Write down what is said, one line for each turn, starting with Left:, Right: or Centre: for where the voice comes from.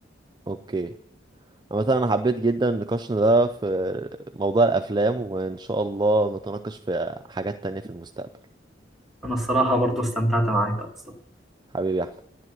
Right: اوكي عامة انا حبيت جدا نقاشنا ده في موضوع الافلام وان شاء الله نتناقش في حاجات تانية في المستقبل
Centre: انا الصراحه برضو استمتعت معاك أوي.
Right: حبيبي يا أحمد.